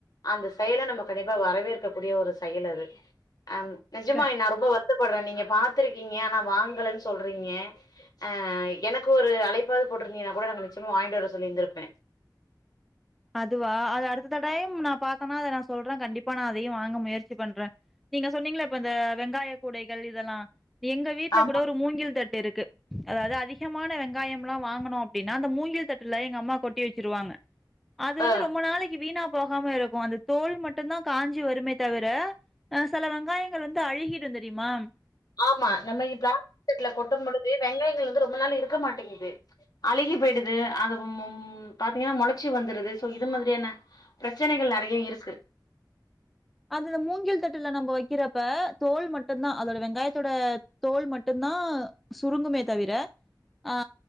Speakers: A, on the left (about 60°); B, in the centre.
A: அந்த செயல நம்ம கண்டிப்பா வரவேற்க்க கூடிய ஒரு செயலது அம் நெஜமா
B: க
A: எல்லாருக்கு வந் வருத்தப்பட்றே நீங்க பாத்துருக்கீங்க ஆனா வாங்கலன் சொல்றீங்க ஆ எனக்கு ஒரு அழைப்பாது போட்டிருந்தீங்கனா கூட நா அங்க நிச்சமா வாங்கிட் வர சொல்லிருந்திருப்பே
B: அதுவா அது அடுத்த டைம் நா பாத்தேனா அத நா சொல்றே கண்டிப்பா நா அதையு வாங்க முயற்சி பண்றே நீங்க சொன்னீங்கள இப்ப இந்த வெங்காய கூடைகள் இதெல்லா எங்க வீட்ல
A: ஆமா.
B: கூட ஒரு மூங்கில் தட் இருக்கு அதாவது அதிகமான வெங்காயம்ல்லா வாங்கனோ அப்டினா அந்த மூங்கில் தட்ல எங்க அம்மா கொட்டி வெச்சிருவாங்க அது
A: அ
B: வந்து ரொம்ப நாளைக்கு வீணா போகாம இருக்கு அந்த தோல் மட்டுந்தா காஞ்சி வருமே தவிர அ சில வெங்காயங்கள் வந்து அழுகிடு தெரியுமா
A: ஆமா நம்ம இப் ப்ளாஸ்டிக்ல கொட்டும் பொழுது வெங்காயங்கள் வந்து ரொம்ப நாள் இருக்க மாட்டேங்குது அழுகி போய்டுது அதும் மொம் பாத்தீங்கனா முளச்சி வந்துடுது சோ இது மாத்ரியான பிரச்சனைகள் நெறைய இருக்கு
B: அதல மூங்கில் தட்டுல நம்ம வெக்கிறப்ப தோல் மட்டுந்தா அதோட வெங்காயத்தோட தோல் மட்டுந்தா சுருங்குமே தவிர ஆ